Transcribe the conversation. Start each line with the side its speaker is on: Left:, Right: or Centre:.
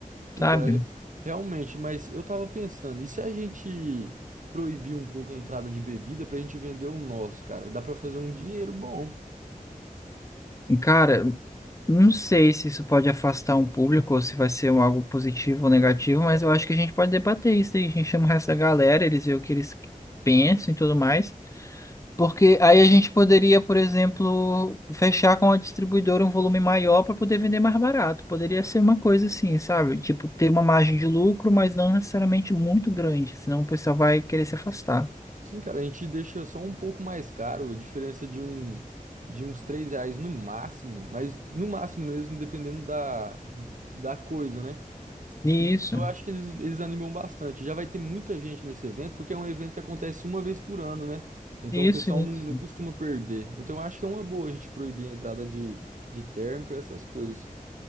Right: Sim,
Left: sabe?
Right: cara, re- realmente, mas eu tava pensando, e se a gente proibir um pouco a entrada de bebida pra gente vender o nosso, cara? Dá pra fazer um dinheiro bom.
Left: E, Cara, não sei se isso pode afastar um público ou se vai ser um algo positivo ou negativo, mas eu acho que a gente pode debater isso aí. A gente chama o resto da galera, eles veem o que eles pensam e tudo mais. Porque aí a gente poderia, por exemplo, fechar com a distribuidora um volume maior para poder vender mais barato. Poderia ser uma coisa assim, sabe? Tipo, ter uma margem de lucro, mas não necessariamente muito grande, senão o pessoal vai querer se afastar.
Right: Sim, cara, a gente deixa só um pouco mais caro, a diferença de um de uns 3 reais no máximo, mas no máximo mesmo, dependendo da, da coisa, né?
Left: Isso,
Right: Que eu acho que eles, eles animam bastante. Já vai ter muita gente nesse evento, porque é um evento que acontece uma vez por ano, né? Então
Left: isso,
Right: o pessoal
Left: isso.
Right: não, não costuma perder. Então eu acho que é uma boa a gente proibir a entrada de, de térmica, essas coisas.